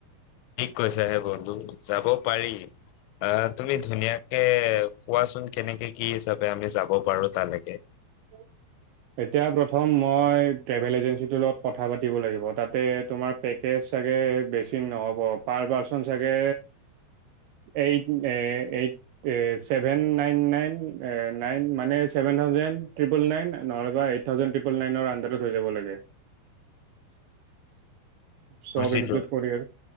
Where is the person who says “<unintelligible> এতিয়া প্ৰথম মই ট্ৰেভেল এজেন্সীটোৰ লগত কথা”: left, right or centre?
Right